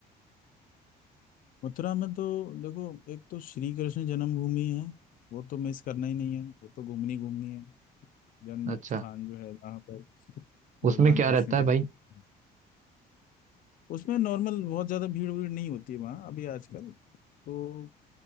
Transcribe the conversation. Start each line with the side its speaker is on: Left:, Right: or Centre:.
Left: मथुरा में तो देखो एक तो श्री कृष्ण जन्मभूमि है वो तो मिस करना ही नहीं है वो तो घूमनी घूमनी है जन्म
Right: अच्छा
Left: स्थान जो है जहाँ पर भगवान
Right: उसमें क्या
Left: कृष्ण
Right: रहता
Left: का
Right: है भाई
Left: जन्म हुआ। उसमें नॉर्मल बहुत ज्यादा भीड़ भीड़ नहीं होती है वहाँ अभी आजकल तो